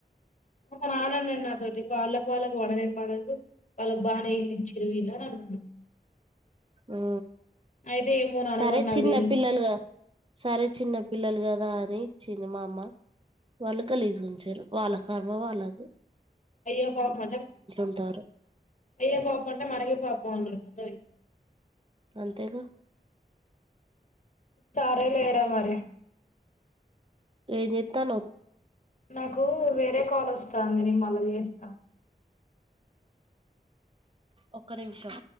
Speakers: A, on the left; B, on the right.
A: మా నాన్న అన్నాడు నాతోటి వాళ్ళకు వాళ్ళకు పడనే పడదు వాళ్ళకు బాగానే ఇల్లు ఇచ్చిరు వీళ్ళు అని అన్నాడు
B: ఆ
A: అయితే ఏమో నాన్న
B: సరే
A: మరి నాకు
B: చిన్న
A: తెలీదు
B: పిల్లలుగా సరే చిన్న పిల్లలు కదా అని ఇచ్చింది మా అమ్మ వాళ్ళు గలీజ్ గా ఉంచారు వాళ్ళ కర్మ వాళ్ళకు
A: అయ్యో పాపంమాటం
B: ఉంటారు
A: అయ్య పాపంమాట మనగ పాపం అంటతు ఉంటది
B: అంతేగా
A: సారే లేరా మరి
B: ఏం చేతనావ్
A: నాకు వేరే కాల్ వస్తాంది నేను మల్లచెస్తా క
B: ఒక్క నిమిషం